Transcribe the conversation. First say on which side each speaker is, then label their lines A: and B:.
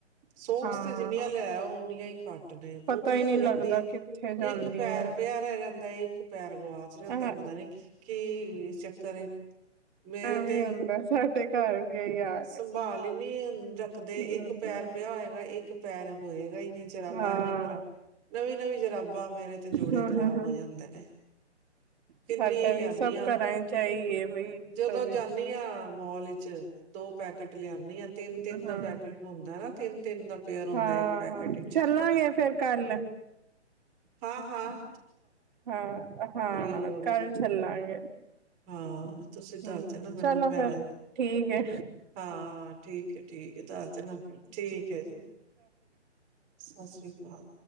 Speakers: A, on the right; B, on the right.
A: ਸੋਖਸ
B: ਹਾਂ
A: ਤੇ ਜਿੰਨੀਆਂ ਲੈ ਉਓਨੀਆਂ ਹੀ ਘੱਟ ਨੇ
B: ਪਤਾ
A: ਗੁੰਮੀ ਹੀ
B: ਨਹੀਂ
A: ਹੋ ਜਾਂਦੀ
B: ਲੱਗਦਾ
A: ਹੈ।
B: ਕਿੱਥੇ ਜਾਂਦੀਆਂ
A: ਇੱਕ ਪੈਰ ਪਿਆ ਰਹਿ ਜਾਂਦਾ ਇੱਕ ਪੈਰ ਗਵਾਚ ਜਾਂਦਾ
B: ਐ
A: ਪਤਾ ਨੀ ਕੀ ਇਹ ਚੱਕ ਇਹ ਮੇਰੇ
B: ਐਵੇਂ
A: ਤੇ
B: ਹੁੰਦਾ ਸਾਡੇ ਘਰ ਵੀ ਇਹੀ ਹਾਲ
A: ਸੰਭਾਲ
B: ਹੈ
A: ਹੀ ਨੀ ਰੱਖਦੇ
B: ਹਮ
A: ਇੱਕ ਪੈਰ ਪਿਆ ਹੋਏਗਾ ਇੱਕ ਪੈਰ ਹੋਏਗਾ ਹੀ ਨੀ ਜਰਾਬਾਂ
B: ਹਾਂ
A: ਐਵੇਂ ਖਰਾ ਨਵੀਂ ਨਵੀਂ ਜਰਾਬਾਂ ਮੇਰੇ ਤੇ ਜੋੜੇ
B: ਹਮ
A: ਖ਼ਰਾਬ
B: ਹਮ ਹਮ
A: ਹੋ ਜਾਂਦੇ ਨੇ ਕਿੰਨੇ
B: ਸਾਡਾ
A: ਈ
B: ਵੀ
A: ਲਿਆਨੀ
B: ਸਭ
A: ਆ
B: ਘਰਾਂ ਚ ਇਹੀ ਹੈ ਬਈ
A: ਜਦੋਂ
B: ਸਭ ਵਿੱਚ
A: ਜਾਂਨੀ ਹਾਂ ਮੌਲ ਚ ਦੋ ਪੈਕੇਟ ਲਿਆਨੀ ਆ ਤਿੰਨ
B: ਹਾਂ
A: ਦਾ ਪੈਕੇਟ ਹੁੰਦਾ ਨਾ, ਤਿੰਨ ਤਿੰਨ ਦਾ ਪੇਅਰ ਹੁੰਦਾ
B: ਹਾਂ
A: ਇੱਕ ਪੈਕੇਟ
B: ਹਾਂ
A: ਵਿਚ
B: ਚੱਲਾਂਗੇ ਫੇਰ ਕੱਲ
A: ਹਾਂ ਹਾਂ
B: ਹਮ ਹਮ
A: ਹੋਵੋਗੇ
B: ਕੱਲ ਚੱਲਾਂਗੇ
A: ਹਾਂ ਤੁਸੀਂ
B: ਹਮ
A: ਦੱਸ ਦੇ ਨਾ
B: ਚਲੋ
A: ਮੈਨੂੰ ਮੈਂ
B: ਫਿਰ
A: ਆਜ
B: ਠੀਕ ਹੈ
A: ਹਾਂ ਠੀਕ ਹੈ ਠੀਕ ਹੈ ਦੱਸ ਦੇਣਾ ਫਿਰ ਠੀਕ ਹੈ ਜੀ ਸਸ ਸ੍ਰੀ ਕਾਲ